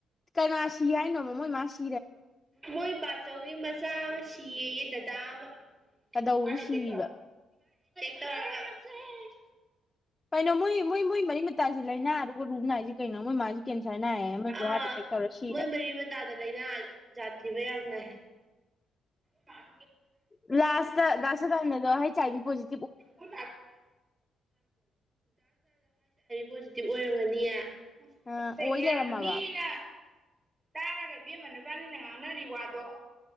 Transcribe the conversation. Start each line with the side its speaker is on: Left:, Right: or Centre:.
Left: ꯀꯅꯥ ꯁꯤ ꯍꯥꯏꯅꯣꯕ ꯃꯣꯏ ꯃꯥꯁꯤ
Right: ꯃꯣꯏꯣꯏ ꯄꯆꯧꯒꯤ ꯃꯆꯥꯥ ꯁꯤꯤ ꯌꯦ ꯗꯗꯥꯕ
Left: ꯀꯗꯧꯕꯗ
Right: ꯑꯔꯦꯗꯤ
Left: ꯁꯤꯔꯤꯕ
Right: ꯈꯔ ꯀ <unintelligible>
Left: ꯀꯩꯅꯣ ꯃꯣꯏ ꯃꯣꯏ ꯃꯣꯏ ꯃꯔꯤ ꯃꯇꯥꯁꯤ ꯂꯥꯏꯅꯥ ꯑꯗꯨꯒ ꯔꯨ ꯅꯥꯏꯁꯦ ꯀꯩꯅꯣ ꯃꯣꯏ ꯃꯥꯁꯤ ꯀꯦꯟꯁꯔ ꯅꯥꯏꯌꯦ ꯑꯃꯁꯨ
Right: ꯑꯥ
Left: ꯍꯥꯔꯠ ꯑꯦꯇꯦꯛ ꯇꯧꯔ ꯁꯤꯔꯦ
Right: ꯃꯣꯏ ꯃꯔꯤ ꯃꯇꯥꯗ ꯂꯥꯏꯅꯥ ꯖꯥꯠ ꯊꯤꯕ ꯌꯥꯝ ꯅꯥꯏ ꯁꯥ
Left: ꯂꯥꯁꯇ ꯂꯇ ꯇꯅꯗꯣ ꯍꯥꯏ ꯆꯦꯕꯤ ꯄꯣꯖꯤ
Right: ꯁꯤ ꯄꯣꯖꯤꯇꯤꯚ ꯑꯣꯏꯔꯝꯒꯅꯤꯌꯦ ꯑ
Left: ꯑ
Right: ꯄꯣꯠ ꯆꯩꯒꯦ
Left: ꯑꯣꯏ ꯂꯩꯔꯝꯃꯕ
Right: ꯌꯥꯝꯅ ꯃꯤꯅ ꯇꯥꯔꯒ ꯏꯕꯦꯝꯃꯅ ꯏꯕꯥꯅꯤꯅ ꯉꯥꯡꯅꯔꯤ ꯋꯥꯗꯣ